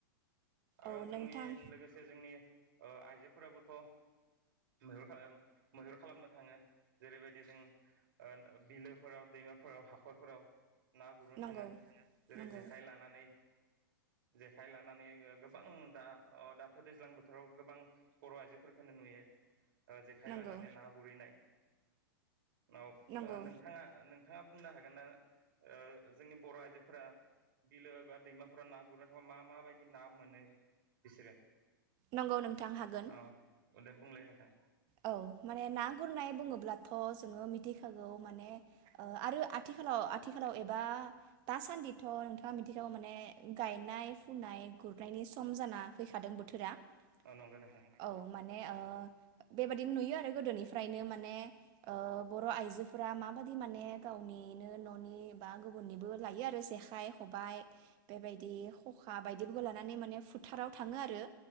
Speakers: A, on the right; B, on the right.
A: आरो
B: औ
A: जोंनि
B: नोंथां
A: लोगोसे जोंनि ओ आइजोफोराबोथ' मैहुर खालाम मैहुर खालामनो थाङो जेरैबायदि जों ओ बिलोफोराव दैमाफोराव हाखरफोराव ना गुरनो
B: नंगौ
A: थाङो जेरै-
B: नंगौ
A: जेखाइ लानानै जेखाइ लानानै गोबां दा अ दाथ' दैज्लां बोथोराव गोबां बर' आइजोफोरखोनो नुयो। ओ जेखाइ
B: नंगौ
A: लानानै ना <unintelligible> नाव
B: नंगौ
A: नोंथाङा नोंथाङा बुंनो हागोन ना ओ जोंनि बर' आइजोफोरा बिलो बा दैमाफोरा ना गुरनो थांबा मा माबायदि ना मोनो बिसोरो
B: नंगौ नोंथां हागोन
A: अ दे बुंलाय नोंथां
B: औ माने ना गुरनाय बुङोब्लाथ' जोङो मिथिखागौ माने आरो आथिखालाव आथिखालाव एबा दासान्दिथ' नोंथाङा मिथिखागौ माने गायनाय फुनाय गुरनायनि सम जाना फैखादों बोथोरा <unintelligible>
A: औ नंगौ नोंथां
B: औ माने ओ बेबायदिनो नुयो आरो गोदोनिफ्रायनो माने ओ बर' आइजोफोरा माबायदि माने गावनिनो न'नि बा गुबुननिबो लायो आरो जेखाइ खबाय बेबायदि खखा बायदिफोरखौ लानानै माने फुथाराव थाङो आरो